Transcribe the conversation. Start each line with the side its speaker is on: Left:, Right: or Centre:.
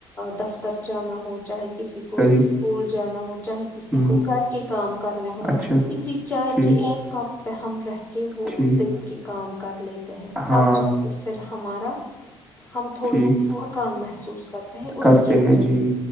Left: دفتر جانا ہو چاہے کسی کو کو
Centre: صحیح
Left: اسکول جانا ہو چاہے کسی
Centre: ہ
Left: کو کر کے کام کرنے ہو
Centre: اچھا
Left: اسی چائے
Centre: ٹھیک
Left: کے ایک کپ پہ ہم رہ کے وہ
Centre: ٹھیک
Left: دیں گے کام کر لیتے ہیں
Centre: ہاں
Left: تب جا کے پھر ہمارا ہم تھوڑی
Centre: ٹھیک
Left: سی تھکان محسوس کرتے ہیں اس
Centre: کرتے
Left: کی
Centre: ہیں
Left: وجہ
Centre: جی
Left: سے